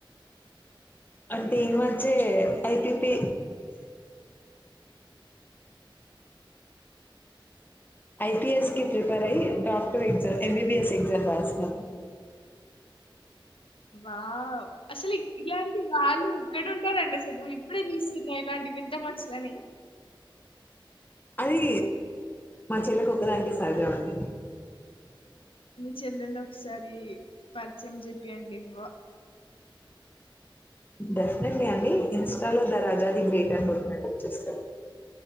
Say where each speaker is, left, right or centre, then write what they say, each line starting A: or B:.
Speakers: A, on the left; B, on the left.
A: అంటే ఈ మధ్యే ఐపీపీ ఐపిఎస్ కి ప్రిపేర్ అయి డాక్టర్ ఎగ్జాఎంబిబిఎస్ ఎగ్జామ్ రాస్తంది
B: ఆవ్ అసలు ఇలాంటి వాళ్ళు ఇక్కడ ఉంటారండి అసలు ఇప్పుడే జూస్తున్నా ఇలాంటి వింత మనుషులని
A: అది మా చెల్లేకు ఒక్కదానికే సాధ్యం అండి
B: మీ చెల్లెని ఒకసారి పరిచయం చెపీయండి వా
A: డెఫినెట్లీ అండి ఇన్స్టాలో ద రాజా ది గ్రేట్ అని గొట్టండి వచ్చేస్తది